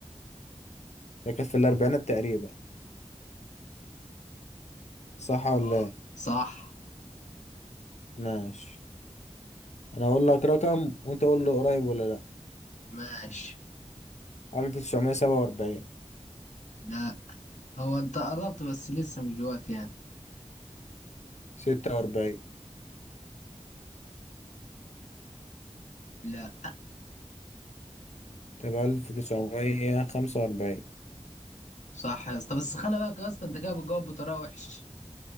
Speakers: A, on the left; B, on the left.
A: هي كانت في الأربعينات تقريبا صح ولا
B: اه
A: لا؟
B: صح
A: ماشي أنا أقول لك رقم وأنت قول له قريب ولا لأ
B: ماشي
A: 1947
B: لا هو انت قربت بس لسه مش دلوقتي يعني
A: 46
B: لا
A: طب 1945
B: صح يا اسطى بس خلي بالك يا اسطى انت كده بتجاوب بطريقه وحش